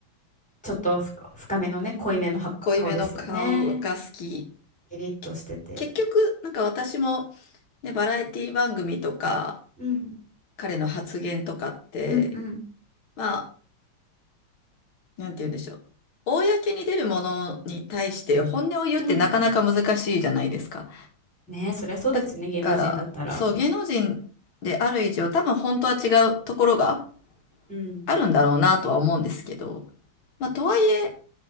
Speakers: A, in the centre; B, on the left (about 75°).
A: ちょっとふ深めのね濃いめのは顔ですよね
B: 濃いめの顔が好き。
A: キリッとしてて
B: け結局、なんか私も、ね、バラエティ番組とか、
A: うん
B: 彼の発言とかって、
A: うんうん
B: まあ、なんて言うんでしょう。公に出るものに対して本音を言うってなかなか難しいじゃないですか。
A: うんねえそりゃそうですね芸能人だったらうん
B: だから、そう、芸能人である以上、多分本当は違うところが
A: うん
B: あるんだろうなとは思うんですけど、まあ、とはいえ、